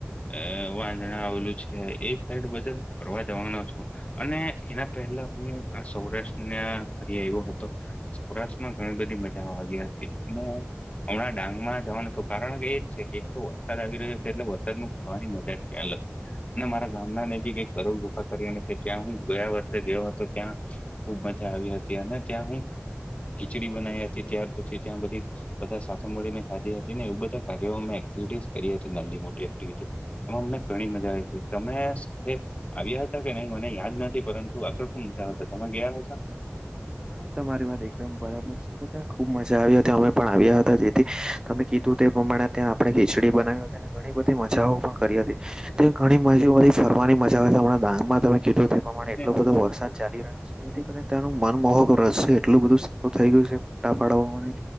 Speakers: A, on the left (about 30°); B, on the right (about 15°).
A: અ વાંધણા આવેલું છે, એ સાઈડ બધુ ફરવા <unintelligible> અને એના પહેલા હું આ સૌરાષ્ટ્રને ફરી આયવો હતો, સૌરાષ્ટ્રમાં ઘણી બધી મજા આવી હતી, ઈનુ હમણાં ડાંગમાં જવાનું છુ, કારણ એ જ છે કે તો વરસાદ આવી રહ્યો છે, એટલે વરસાદમાં ફરવાની મજા જ કઈ અલગ અને મારા ગામના નજીક એક કરોડ <unintelligible> ત્યાં હું ગયા વર્ષે ગયો હતો, ત્યાં ખુબ મજા આવી હતી અને ત્યાં હું ખીચડી બનાઈ હતી. ત્યાર પછી ત્યાં બધી બધા સાથે મળીને ખાધી હતી ને એવું બધા કાર્યોમાં મે એક્ટિવિટીસ કરી હતી, નલ્લી મોટી ટીવીટી, એમાં અમને ઘણી મજા આઈ તી તમે સાથે આવ્યા હતા કે નઈ મને યાદ નથી પરંતુ આગળ શું <unintelligible> તમે ગયા હતા?
B: તમારી વાત એકદમ બરાબર છે. થઈ ગઉતા ખુબ મજા આવી હતી અમે પણ આવ્યા હતા, જેથી તમે કીધું તે પ્રમાણે ત્યા આપડે ખીચડી બનાવી હતી, પી ને ઘણી બધી મજાઓ પણ કરી હતી. ત્યાં ઘણી <unintelligible> ફરવાની મજા આવે છે, હમણાં ડાંગમાં તમે કીધુ તે પ્રમાણે એટલો
A: હતા
B: બધો વરસાદ ચાલી રહ્યો છે, તેથી તમે ત્યાંનું મનમોહક રશ્ય એટલું બધું સારું થઈ ગયું છે, ફોટા પાડવાની